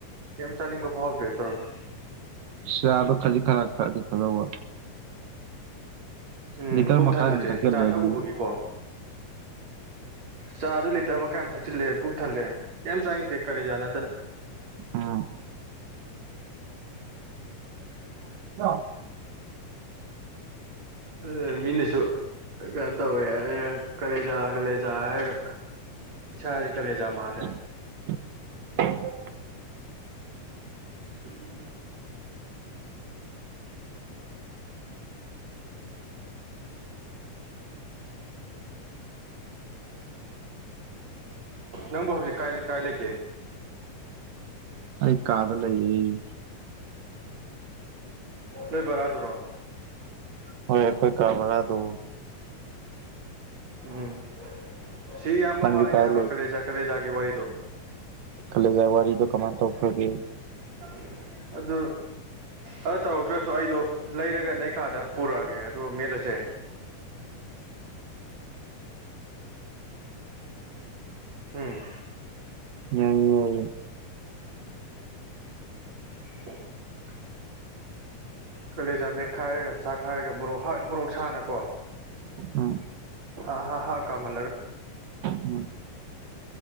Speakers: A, on the right; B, on the right.
A: ꯀꯦꯌꯥꯝ ꯆꯥꯅꯤꯡꯕ ꯐꯥꯎꯗꯦ ꯇꯧꯔꯁꯤ
B: ꯆꯗꯣ ꯈꯖꯤꯛ ꯈꯔ ꯊꯛꯑꯥꯗꯤ ꯐꯥꯗꯧꯕ
A: ꯎꯝ
B: ꯂꯤꯇꯔ
A: ꯄꯨꯛ
B: ꯃꯈꯥꯏ
A: ꯊꯟꯕꯁꯦ
B: ꯑꯃ ꯊꯛꯆꯜꯂꯦ
A: ꯆꯥ
B: ꯑꯗꯨꯗꯤ
A: ꯊꯛꯎꯕꯒꯤꯀꯣ ꯆꯥ ꯗꯨ ꯂꯤꯇꯔ ꯃꯈꯥꯏ ꯑꯥꯝ ꯊꯆꯤꯜꯂꯦ ꯄꯨꯛ ꯊꯜꯂꯦ ꯀꯏꯝ ꯆꯥꯅꯤꯡꯗꯦ ꯀꯥꯂꯦꯖꯥ ꯅꯠꯇꯅ
B: ꯑꯥ <unintelligible>
A: ꯑꯗꯨ ꯃꯤꯅꯁꯨ ꯀꯩꯅꯣ ꯇꯧꯋꯦ ꯀꯂꯦꯖꯥ ꯀꯥꯂꯦꯖꯥ ꯍꯥꯏꯔꯒ ꯏꯁꯥꯥꯁꯦ ꯀꯂꯦꯖꯥ ꯃꯥꯜꯂꯦ
B: <unintelligible>
A: <unintelligible> ꯅꯪꯕꯨ ꯍꯧꯖꯤꯛ ꯀꯥꯏ ꯀꯥꯏ ꯂꯩꯒꯦ
B: ꯑꯩ ꯀꯥꯗ ꯂꯩꯌꯦ
A: ꯅꯣꯏ ꯕꯥꯔꯥꯗꯨꯔꯣ
B: ꯍꯣꯏ ꯑꯩꯈꯣꯏ ꯀꯥ ꯕꯥꯔꯥꯗꯣ
A: ꯑꯝ ꯁꯤ ꯏꯌꯥꯝꯕ
B: ꯅꯪꯗꯤ
A: ꯑꯃ ꯑꯩꯅ
B: ꯀꯥꯏ
A: ꯍꯥꯏꯕ ꯀꯂꯦꯖꯥ ꯀꯂꯦꯖꯥꯒꯤ ꯋꯥꯔꯤꯗꯣ
B: ꯀꯂꯦꯖ ꯋꯥꯔꯤꯗꯣ ꯀꯃꯥꯏꯟ ꯇꯧꯈ꯭ꯔꯒꯦ
A: ꯑꯝ ꯑꯗꯨ ꯑꯗꯨ ꯇꯧꯔꯛꯇ꯭ꯔꯁꯨ ꯑꯩꯗꯣ ꯂꯩꯔꯒ ꯅꯩ ꯀꯥꯗ ꯄꯨꯔꯛꯑꯒꯦ ꯑꯗꯨꯒ ꯃꯦꯠꯂꯁꯦ ꯑꯝ
B: ꯌꯥꯏꯌꯦ ꯌꯥꯏꯌꯦ
A: <unintelligible> ꯀꯂꯦꯖꯥ ꯃꯦꯠꯈꯥꯏꯔꯒ ꯆꯥꯛꯈꯥꯏꯔꯒ ꯃꯣꯔꯣꯛ ꯃꯣꯔꯣꯛ ꯁꯥꯅꯀꯣ
B: ꯎꯝ
A: ꯍꯥ ꯍꯥ ꯀꯥꯝꯍꯜꯂꯒ
B: ꯎꯝ